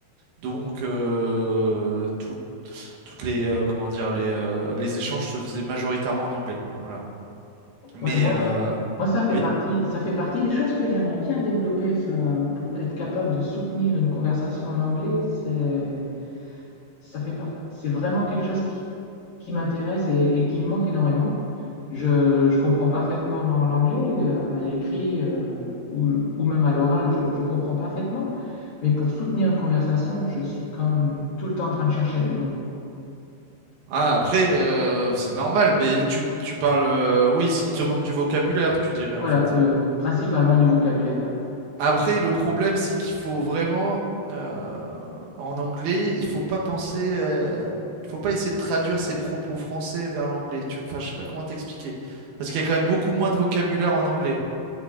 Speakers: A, on the right (about 80°); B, on the left (about 60°).
A: Donc, euh, tout- toutes les, euh, comment dire, les, euh, les échanges se faisaient majoritairement en anglais. Voilà. Mais,
B: Ouais, moi,
A: euh,
B: Moi, ça fait
A: oui.
B: partie, ça fait partie des choses que j'aimerais bien développer, ça, pour être capable de soutenir une conversation en anglais, c'est, ça fait par- c'est vraiment quelque chose qui, qui m'intéresse et, et qui me manque énormément. Je, je comprends parfaitement l'an- l'anglais, euh, à l'écrit euh, ou, ou même à l'oral, je, je comprends parfaitement, mais pour soutenir une conversation, je suis quand même tout le temps en train de chercher mes mots.
A: Ah, après, euh, c'est normal, mais tu, tu parles... euh, oui, il te manque du vocabulaire, tu dirais,
B: Voilà,
A: en fait.
B: le, principalement du vocabulaire, ouais.
A: Après, le problème, c'est qu'il faut vraiment, euh, en anglais, il faut pas penser, euh, il faut pas essayer de traduire ses propos français vers l'anglais. Tu, enfin, je sais pas comment t'expliquer, parce qu'il y a quand même beaucoup moins de vocabulaire en anglais.